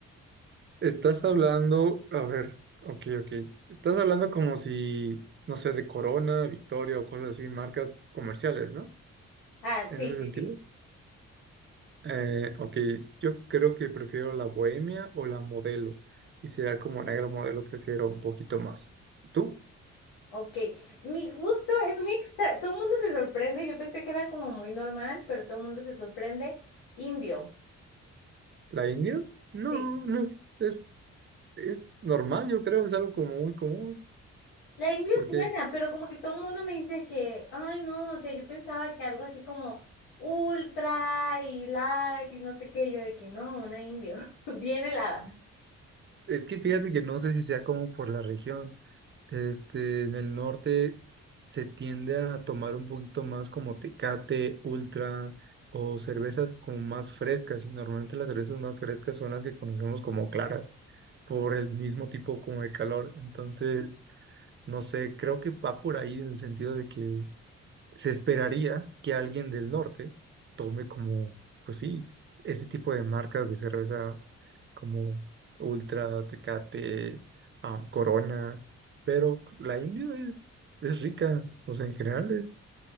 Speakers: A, on the right (about 35°); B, on the left (about 85°).
A: estás hablando, a ver, ok, ok, estás hablando como si, no sé, de Corona, Victoria o cosas así, marcas comerciales, ¿no?
B: Ah,
A: En
B: sí,
A: ese
B: sí,
A: sentido.
B: sí.
A: Eh, ok, yo creo que prefiero la bohemia o la modelo. Y será como negro modelo, prefiero un poquito más. ¿Tú?
B: Ok, mi gusto es muy extra, todo el mundo se sorprende, yo pensé que era como muy normal, pero todo el mundo se sorprende. Indio,
A: ¿La india? No,
B: sí.
A: no es, es, es normal, yo creo, es algo como muy común.
B: La indio
A: Porque
B: es buena, pero como que todo el mundo me dice que, ay no, o sea, yo pensaba que algo así como ultra y light y no sé qué, yo de que no, una indio, <laughs> bien helada.
A: es que fíjate que no sé si sea como por la región. Este, en el norte se tiende a tomar un poquito más como Tecate, Ultra o cervezas como más frescas. Y normalmente las cervezas más frescas son las que conocemos como claras. por el mismo tipo como de calor. Entonces, no sé, creo que va por ahí en el sentido de que se esperaría que alguien del norte tome como, pues sí, ese tipo de marcas de cerveza como Ultra, Tecate, ah, Corona, pero la India es, es rica, o sea, en general es,